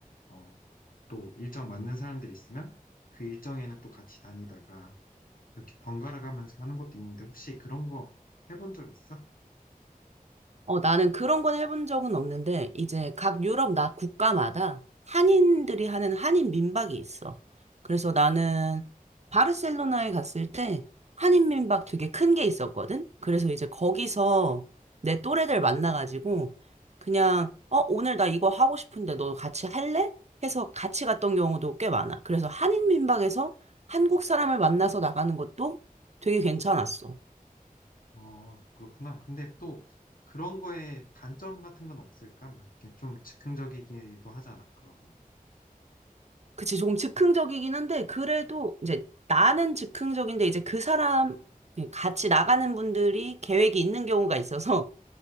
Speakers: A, on the left (about 70°); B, on the right (about 50°).
A: 어, 또 일정 맞는 사람들 있으면 그 일정에는 또 같이 다니다가 이렇게 번갈아 가면서 하는 것도 있는데 혹시 그런 거 해본 적 있어?
B: 어, 나는 그런 건 해본 적은 없는데, 이제 각 유럽 나 국가마다 한인들이 하는 한인 민박이 있어. 그래서 나는 바르셀로나에 갔을 때 한인 민박 되게 큰 게 있었거든? 그래서 이제 거기서 내 또래들 만나가지고 그냥, 어, 오늘 나 이거 하고 싶은데 너 같이 할래? 해서 같이 갔던 경우도 꽤 많아. 그래서 한인 민박에서 한국 사람을 만나서 나가는 것도 되게 괜찮았어.
A: 어, 그렇구나. 근데 또 그런 거에 단점 같은 건 없을까? 막 이렇게 좀 즉흥적이기도 하잖아, 그런 건.
B: 그치, 조금 즉흥적이긴 한데, 그래도 이제 나는 즉흥적인데, 이제 그 사람, 예, 같이 나가는 분들이 계획이 있는 경우가 있어서